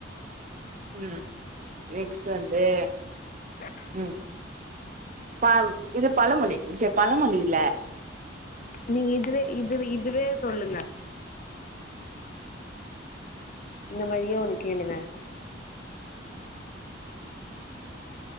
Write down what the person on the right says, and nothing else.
ம் நெக்ஸ்ட்டு வந்து
ம் ப இது பழமொழி பழமொழி இல்ல